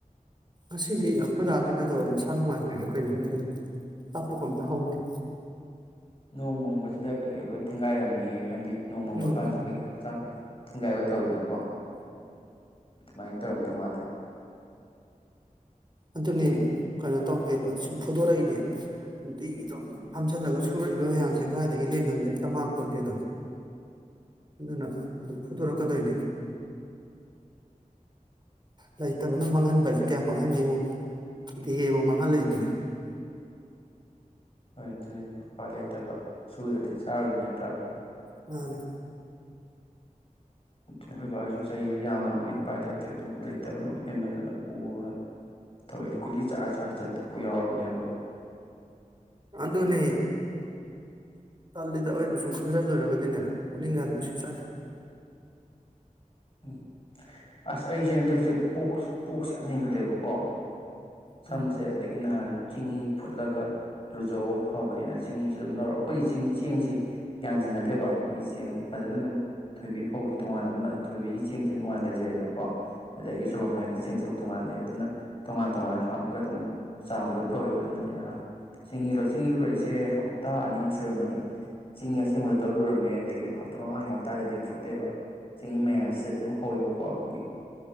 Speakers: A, on the right; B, on the left.
A: ꯉꯁꯤꯗꯤ ꯑꯩꯈꯣꯏ ꯗꯥꯁꯦ ꯀꯩꯗꯧꯔ ꯃꯁꯥ ꯅꯨꯡꯉꯥꯏꯇ꯭ꯔꯦꯗ ꯑꯩꯈꯣꯏꯅꯣꯍꯗ ꯂꯥꯞꯄꯒ ꯑꯝꯇ ꯍꯧꯗꯦ
B: ꯅꯣꯡꯃꯪꯕꯁꯤꯗ ꯀꯩꯀꯩ ꯂꯣꯏ ꯊꯦꯡꯒꯥꯏꯔꯝꯅꯤꯌꯦ ꯍꯥꯏꯗꯤ ꯅꯣꯡꯃꯪꯕ
A: ꯎꯝ
B: ꯀꯥꯟꯗ ꯑꯩꯈꯣꯏꯒꯤ ꯍꯛꯆꯥꯡ ꯊꯤꯡꯒꯥꯏꯕ ꯇꯧꯋꯤꯅꯨꯀꯣ ꯑꯗꯨꯃꯥꯏꯅ ꯇꯧꯔꯝꯗꯧ ꯃꯥꯜꯂꯦ
A: ꯑꯗꯨꯅꯦ ꯀꯩꯅꯣ ꯇꯧꯗꯦꯕ ꯁꯨꯝ ꯐꯨꯗꯣꯔꯛꯏꯅꯦ ꯅꯨꯡꯇꯤꯒꯤ ꯑꯗꯨꯝ ꯐꯝꯖꯜꯂꯒ ꯁꯨꯔꯛꯏꯕ ꯃꯌꯥꯝꯁꯦ ꯀꯗꯥꯏꯗꯒꯤ ꯂꯦꯝꯅꯅꯗꯤ ꯑꯝꯇ ꯃꯥꯡꯄꯣꯗꯦꯗꯣ ꯑꯗꯨꯅ ꯑꯗꯨꯝ ꯐꯨꯗꯣꯔꯛꯀꯗꯣꯏꯅꯦ ꯂꯩꯇꯕꯅ ꯃꯥꯡꯍꯟꯕ ꯍꯥꯏꯁꯦ ꯀꯌꯥ ꯃꯥꯡꯍꯟꯒꯦꯉꯣ ꯏꯗꯤ ꯍꯦꯕꯣ ꯃꯈꯥ ꯂꯩꯕꯅꯦ
B: ꯍꯣꯏ ꯑꯗꯨꯅꯤꯅꯦ ꯎꯄꯥꯏ ꯂꯩꯇꯕ ꯁꯨꯔꯗꯗꯤ ꯆꯥꯔꯣꯏꯗꯤ ꯅꯠꯇ꯭ꯔꯥ
A: ꯃꯥꯅꯦ
B: ꯑꯗꯨꯅ ꯑꯩꯈꯣꯏ ꯕꯥꯒꯤꯁꯨ ꯆꯍꯤꯁꯨ ꯌꯥꯝꯃꯕꯅꯤ ꯎꯄꯥꯏ ꯂꯩꯇꯦ ꯑꯗꯨꯝ ꯂꯩꯇꯕꯅꯣ ꯍꯦꯟꯃꯟꯗꯅ ꯎꯅ ꯇꯧꯔꯤ ꯀꯨꯂꯤ ꯆꯥꯔ ꯆꯥꯔ ꯆꯠꯄꯐꯥꯎ ꯌꯥꯎꯔꯕꯅꯦꯕ
A: ꯑꯗꯨꯅꯦ ꯄꯜꯂꯤꯗ ꯑꯣꯏꯕ ꯁꯨꯝ ꯈꯟꯖꯤꯜꯂꯨꯔꯒꯗꯤꯅꯦ ꯄꯨꯛꯅꯤꯡꯒꯗ ꯁꯤ ꯆꯥꯅ
B: ꯎꯝ ꯑꯁ ꯑꯩꯁꯦ ꯍꯟꯗꯛꯁꯦ ꯄꯣꯛ ꯄꯣꯛꯁ ꯌꯥꯝ ꯍꯦꯟꯒꯠꯂꯦꯕꯀꯣ ꯁꯝꯁꯦ
A: ꯎꯝ
B: ꯑꯗꯒꯤ ꯅꯍꯥꯟ ꯆꯤꯡꯏꯤ ꯐꯨꯠꯂꯒ ꯂꯨꯖꯧ ꯐꯕꯅꯤꯅ ꯆꯤꯡꯍꯤꯁꯤ ꯑꯗꯨꯝ ꯂꯧꯔ ꯑꯩꯈꯣꯏꯒꯤ ꯆ ꯆꯦꯡꯁꯦ ꯌꯥꯌꯥꯟꯁꯤꯟꯅꯗꯦꯕ ꯑꯩꯈꯣꯏꯒꯤ ꯆꯦꯡ ꯐꯖꯅ ꯑꯗꯨꯝ ꯊꯣꯏꯕꯤ ꯐꯧꯁ ꯇꯣꯉꯥꯟꯅ ꯊꯣꯏꯕꯤꯒꯤ ꯆꯦꯡꯁꯨ ꯇꯣꯉꯥꯟꯅ ꯂꯩꯖꯔꯦꯅꯀꯣ ꯑꯗꯒꯤ ꯁꯣꯄꯔꯐꯥꯏꯟꯒꯤ ꯆꯦꯡꯁꯨ ꯇꯣꯉꯥꯟ ꯂꯩꯑꯦꯕ ꯑꯗꯨꯅ ꯇꯣꯉꯥꯟ ꯇꯣꯉꯥꯟꯅ ꯍꯥꯞꯄꯒ ꯑꯗꯨꯝ ꯆꯥꯝꯕꯗ ꯇꯧꯋꯦꯕ ꯑꯗꯨꯅ ꯑꯩꯅ ꯆꯤꯡꯍꯤ ꯆꯤꯡꯍꯤ ꯂꯨꯔꯛꯏꯁꯦ ꯍꯞꯇꯥ ꯑꯅꯤꯃꯨꯛ ꯁꯨꯔꯝꯃꯅꯤ ꯆꯦꯡ ꯑꯁꯦꯡꯕꯗ ꯇꯂꯨꯔꯝꯃꯦ ꯑꯗꯒꯤ ꯍꯞꯇꯥ ꯃꯃꯥꯡꯒꯤ ꯍꯞꯇꯥꯗꯗꯤ ꯐꯨꯠꯂꯦꯕ ꯆꯤꯡꯍꯤꯤ ꯃꯌꯥꯁꯤꯗ ꯑꯗꯨꯝ ꯍꯧꯋꯦꯕꯀꯣ ꯑꯩꯈꯣꯏꯒꯤ